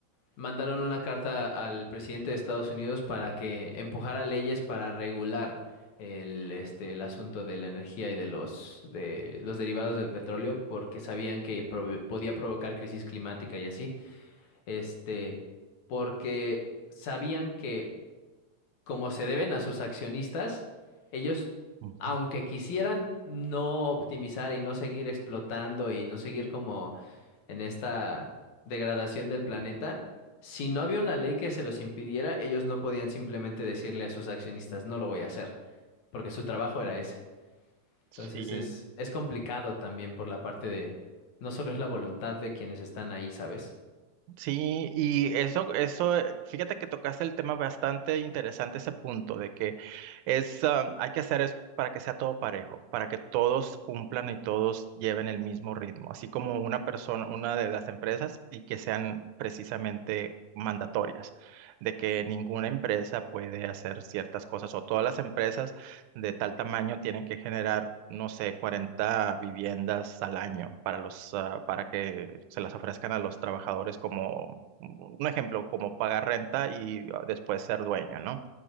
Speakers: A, on the left; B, on the right.
A: mandaron una carta al presidente de Estados Unidos para que empujara leyes para regular el, este, el asunto de la energía y de los, de los derivados del petróleo, porque sabían que prove- podía provocar crisis climática y así, este, porque sabían que como se deben a sus accionistas, ellos,
B: ujú.
A: aunque quisieran no optimizar y no seguir explotando y no seguir como en esta degradación del planeta, si no había una ley que se los impidiera, ellos no podían simplemente decirle a sus accionistas, no lo voy a hacer, porque su trabajo era ese. Entonces
B: Sí.
A: es, es complicado también por la parte de, no solo es la voluntad de quienes están ahí, ¿sabes?
B: Sí, y eso, eso, eh, fíjate que tocaste el tema bastante interesante, ese punto de que es, ah, hay que hacer es para que sea todo parejo, para que todos cumplan y todos lleven el mismo ritmo, así como una persona, una de las empresas y que sean precisamente mandatorias, de que ninguna empresa puede hacer ciertas cosas o todas las empresas de tal tamaño tienen que generar, no sé, 40 viviendas al año para los, ah, para que se las ofrezcan a los trabajadores como, mm, un ejemplo, como pagar renta y ah, después ser dueño, ¿no?